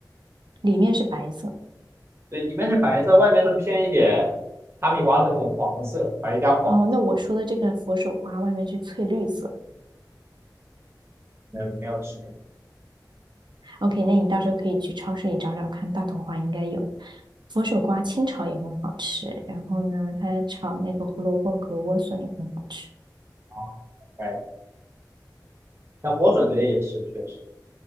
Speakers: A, on the right (about 85°); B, on the right (about 35°).
A: 里面是白色。
B: 对，里面是白色，外面是偏一点哈密瓜的那种黄色，白加黄色，
A: 哦，那我说的这个佛手瓜外面是翠绿色。
B: 没有没有吃过
A: OK，那你到时候可以去超市里找找看，大同华应该有。佛手瓜清炒也很好吃，然后呢，它炒那个胡萝卜和莴笋也很好吃。
B: 啊，哎，像莴笋这些也是确实，